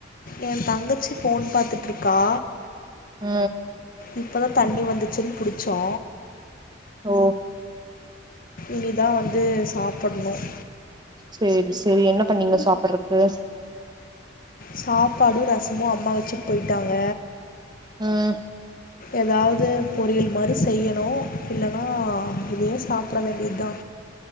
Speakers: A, on the left; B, on the right.
A: எ தங்கச்சி ஃபோன் பாத்துட்ருக்கா
B: உ
A: இப்போ தா தண்ணி வந்துச்சுன்னு பிடிச்சோ
B: ஓ
A: இனி தான் வந்து சாப்பிடணும்
B: சரி சரி என்ன பண்ணீங்க சாப்பிடுறத் டேஸ்
A: சாப்பாடு ரசமு அம்மா வச்சுட்டு போயிட்டாங்க
B: ம்
A: ஏதாவது பொரியல் மாரி செய்யணு இல்லனா இதையே சாப்பிட வேண்டியதா